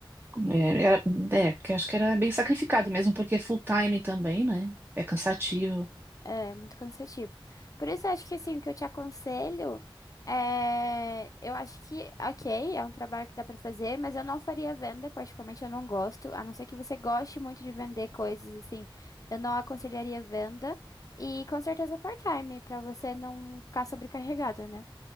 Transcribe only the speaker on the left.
É muito cansativo. Por isso, eu acho que assim, o que eu te aconselho é. Eu acho que, ok, é um trabalho que dá pra fazer, mas eu não faria venda, particularmente eu não gosto, a não ser que você goste muito de vender coisas, assim, eu não aconselharia venda. E com certeza part-time, pra você não ficar sobrecarregada, né?